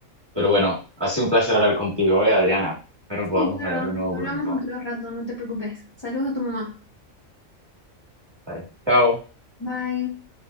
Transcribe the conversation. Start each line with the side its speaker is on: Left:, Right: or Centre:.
Right: Pero bueno, ha sido un placer hablar contigo, ¿eh, Adriana? Espero
Left: Sí,
Right: podamos
Left: claro,
Right: hablar de nuevo
Left: hablamos
Right: pronto.
Left: otro rato, no te preocupes. Saludos a tu mamá.
Right: Vale. Chao.
Left: Bye.